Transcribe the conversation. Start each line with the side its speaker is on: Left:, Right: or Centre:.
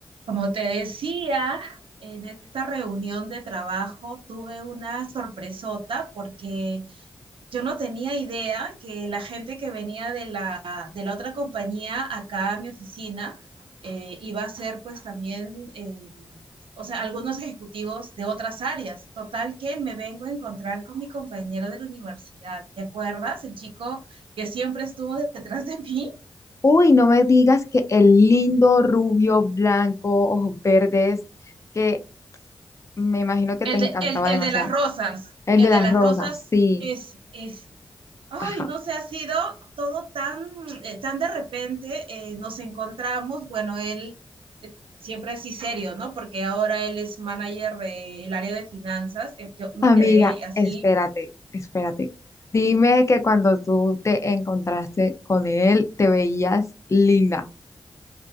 Right: Como te decía, en esta reunión de trabajo tuve una sorpresota porque yo no tenía idea que la gente que venía de la, de la otra compañía acá a mi oficina eh, iba a ser pues también, eh, o sea, algunos ejecutivos de otras áreas. Total que me vengo a encontrar con mi compañero de la universidad, ¿te acuerdas? El chico que siempre estuvo detrás de mí.
Left: Uy, no me digas que el lindo rubio blanco, ojos verdes, que me imagino que
Right: El
Left: te encantaba
Right: de, el, el
Left: demasiado.
Right: de las rosas,
Left: El
Right: el
Left: de
Right: de
Left: las
Right: las
Left: rosas,
Right: rosas,
Left: sí.
Right: ese, ese. Ay,
Left: Ajá.
Right: no sé, ha sido todo tan, eh, tan de repente, eh, nos encontramos, bueno, él eh, siempre así serio, ¿no? Porque ahora él es manager del área de finanzas, eh, yo me
Left: Amiga,
Right: quedé así
Left: espérate, espérate. Dime que cuando tú te encontraste con él, te veías linda.